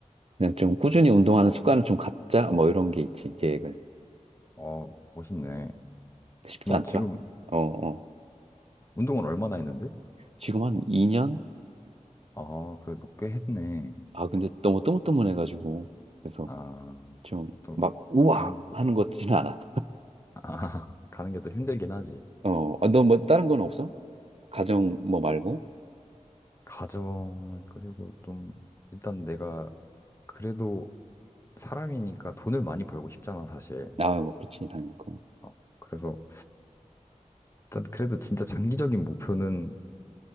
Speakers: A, on the right; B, on the left.
A: 그냥 좀 꾸준히 운동하는 습관을 좀 갖자 뭐 이런 게 있지 계획을
B: 어, 멋있네.
A: 쉽지
B: 그럼
A: 않더라.
B: 지금
A: 어, 어.
B: 운동을 얼마나 했는데?
A: 지금 한 2년?
B: 아, 그래도 꽤 했네.
A: 아 근데 너무 뜨문뜨문해가지고 그래서
B: 아,
A: 좀
B: 또,
A: 막 우와
B: 가는 게,
A: 하는 것 같지는 않아.
B: 아, <laughs> 가는 게 또 힘들긴 하지.
A: 어, 아, 너뭐 다른 건 없어? 가정 뭐 말고?
B: 가정을 그리고 좀, 일단 내가 그래도 사람이니까 돈을 많이 벌고 싶잖아, 사실.
A: 아, 뭐 그렇지 당연히 그건.
B: 어, 그래서, 일단 그래도 진짜 장기적인 목표는